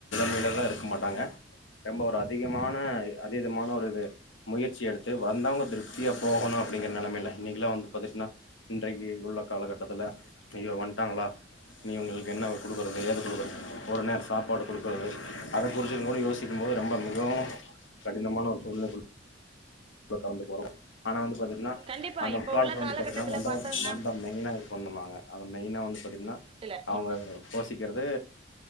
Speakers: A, on the left (about 80°); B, on the right (about 30°).
A: <inaudible> இருக்க மாட்டாங்க ரொம்ப ஒரு அதிகமான அதீதமான ஒரு முயற்சி எடுத்து வந்தவங்க திரு ப்தியா போகணு அப்டிங்கிற நெலமைையில இன்னைக்கல்லா வந்து பாத்துட்ன்னா இன்றைக்கு உள்ள காலகட்டத்துல ஐய்யோ வந்ட்டாங்களா இனி இவ்ங்களுக்கு என்ன குடுக்குறது ஏது குடுக்குறது ஒரு நேர் சாப்பாடு குடுக்குறது அத குறிச்ச கூட யோசிக்கம் போது ரொம்ப மிகவு கடினமான ஒரு சூழ்நில கலந்து போறோ ஆனா வந்து பாத்தீங் னா
B: கண்டிப்பா
A: அந்த
B: இப்ப
A: காலத்துல
B: உள்ள
A: வந்து
B: காலகட்டத்துல
A: பாத்துட்ன்னா வந்தா
B: பாத்தோம்னா
A: வந்த மெயினா இருக் கொண்ணும்பாங்க அத மெயினா வந்து பாத்திட்ன்னா
B: இல்ல
A: அவங்க
B: இ
A: <unintelligible> க்கிறது